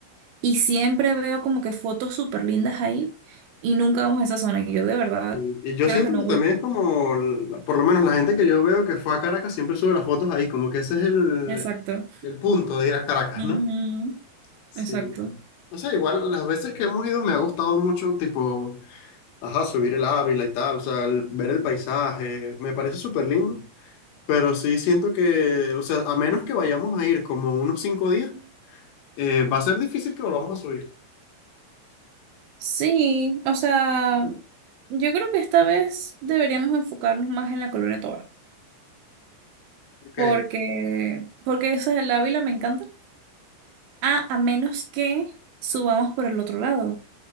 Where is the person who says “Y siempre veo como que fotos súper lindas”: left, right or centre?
Right